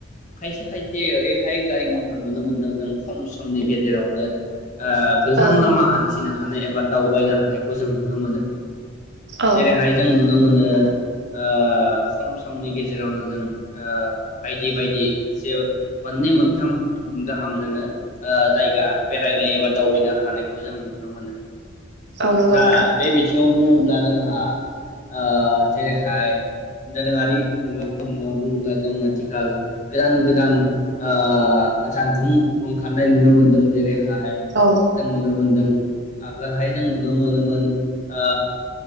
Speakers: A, on the left; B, on the right.
A: खायसे खायसे ओरैहाय गारि मथर नुनो मोनदों जों खम समनि गेजेरावनो ओ गोजान
B: औ
A: लामा हान थिनो हानाय एबा दावबायनो हानायखौ जों नुनो मोनो
B: औ
A: जेरैहाय जों नुनो मोनो ओ खम समनि गेजेरावनो जों ओ बायदि बायदि जे मोननै मोनथाम गाहाम जोङो ओ जायगा बेरायनो एबा दावबायनो हानायखौ जों नुनो मोनो
B: औ नंगौ
A: दा
B: नोंथां
A: बे बिथिङाव दा जोंहा ओ जेरैहाय दोरोङारि मुगा बुङोब्ला जों आथिखाल गोदान गोदान ओ जानबुं खारनाय नुनो मोन्दों जेरै हाय
B: औ
A: जों नुनो मोनदों आगोलहाय जों नुनो मोनोमोन ओ